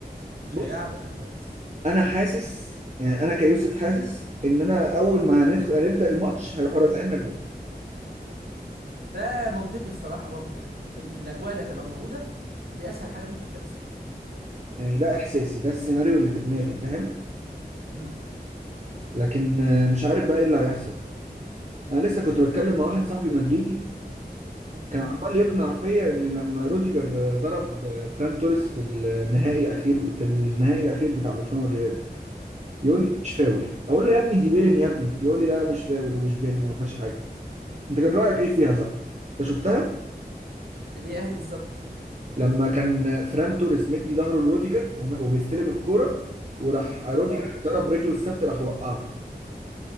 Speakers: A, on the right; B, on the right.
A: مش
B: بص
A: هيلعب باكات خالص
B: انا حاسس يعني انا كيوسف حاسس ان انا اول ما هندخل هنبدأ الماتش هيروحوا رازعيننا جول
A: ده منطقي الصراحه برضه يعني في, ال- في الاجواء اللي هتبقى موجوده دي اسهل حاجه ممكن تحصل
B: يعني ده احساسي ده السيناريو اللي في دماغي فاهم
A: امم
B: لكن آه، مش عارف بقى ايه اللي هيحصل انا لسه كنت بتكلم مع واحد صاحبي مدريدي كان
A: امم
B: عمال يقنع فيا ان لما روديجر ضرب فران توريس في النهائي الاخير في النهائي الاخير بتاع برشلونه والريال يقول
A: امم
B: لي مش فاول اقول له يا ابني دي بيلين يا ابني يقول لي لا مش فاول ومش بيلين وما فيهاش حاجه انت كان رايك ايه فيها صح انت شفتها
A: اللي هي اهلي بالظبط
B: لما كان فران توريس مدي ظهره لروديجر وم- وبيستلم الكوره وراح روديجر
A: اه
B: ضرب رجله الثابته راح وقعه